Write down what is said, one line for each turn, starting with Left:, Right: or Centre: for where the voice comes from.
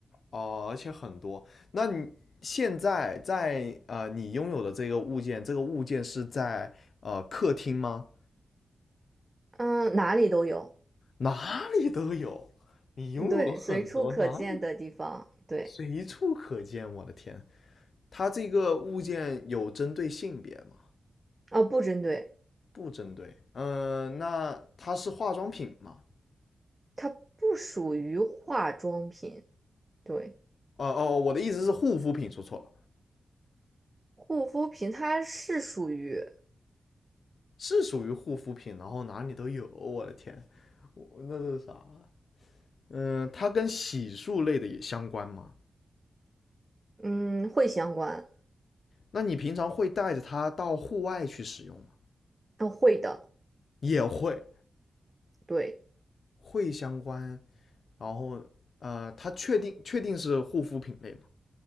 Left: 哦，而且很多。那你现在在呃，你拥有的这个物件，这个物件是在呃客厅吗？
Right: 嗯，哪里都有，
Left: 哪里都有，你拥有很多，
Right: 嗯对，随处可见的地方，
Left: 哪里
Right: 对，
Left: 随处可见。我的天！它这个物件有针对性别吗？
Right: 啊，不针对，
Left: 不针对。嗯、呃那它是化妆品吗？
Right: 它不属于化妆品，对，
Left: 哦、呃哦，我的意思是护肤品，说错了，
Right: 护肤品它是属于
Left: 是属于护肤品，然后哪里都有。我的天，我那是啥？嗯、呃它跟洗漱类的也相关吗？
Right: 嗯会相关，
Left: 那你平常会带着它到户外去使用吗？
Right: 啊，会的，
Left: 也会，
Right: 对。
Left: 会相关。然后，呃，它确定确定是护肤品类吗？